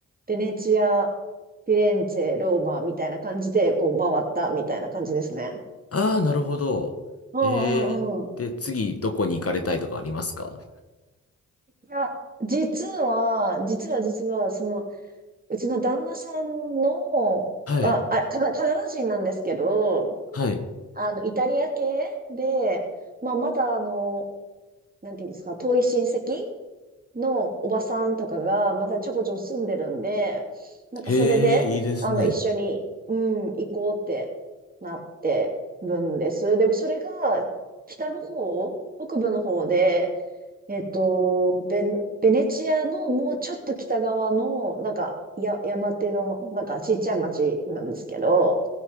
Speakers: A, on the right (about 25°); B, on the left (about 45°).
A: ベネチア、フィレンツェ、ローマみたいな感じで、こう回ったみたいな感じですね。
B: ああー、なるほど。
A: うん
B: へえ。
A: うんうん。い
B: で、次、どこに行かれたいとかありますか
A: や、実は、実は実は、その、うちの旦那さんの、
B: はい。
A: あ、あ、カナ、カナダ人なんですけど、
B: はい。
A: あの、イタリア系で、まあ、まだあの、なんていうんですか、遠い親戚のおばさんとかが、まだちょこちょこ住んでるんで、なんかそれで、
B: へえ、いいですね。
A: あの、一緒に、うん、行こうってなってるんです。でもそれが、北の方、北部の方で、えっと、ベベネチアのもうちょっと北側の、なんか、や、山手の、なんかちっちゃい町なんですけど、